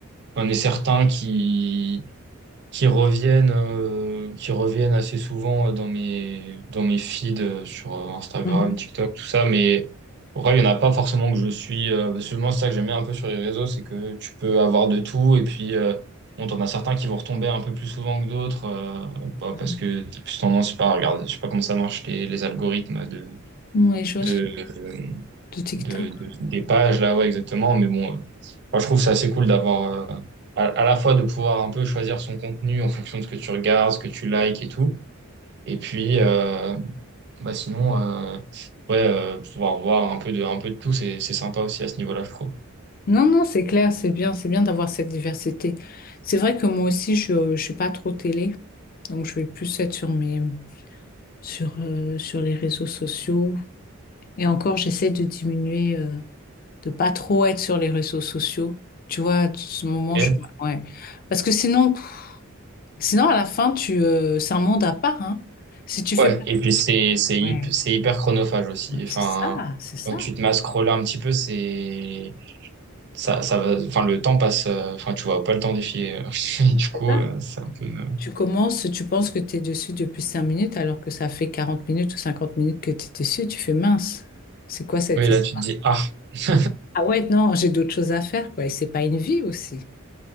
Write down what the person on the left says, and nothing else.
Mhm.
Mhm.
ouais, les choses
de TikTok.
Non, non, c'est clair, c'est bien, c'est bien d'avoir cette diversité. C'est vrai que moi aussi, je ne suis pas trop télé, donc je vais plus être sur mes, sur, euh, sur les réseaux sociaux. Et encore, j'essaie de diminuer, euh, de pas trop être sur les réseaux sociaux. Tu vois, ce moment,
je, ouais. Parce que sinon, pff, sinon à la fin, tu, euh, c'est un monde à part, hein. Si tu fais
pas,
ouais,
c'est ça, c'est ça.
Ouais.
Tu commences, tu penses que tu es dessus depuis 5 minutes alors que ça fait 40 minutes ou 50 minutes que tu es dessus, tu fais mince. C'est quoi cette
histoire?
Ah ouais, non, j'ai d'autres choses à faire, quoi. Et c'est pas une vie aussi.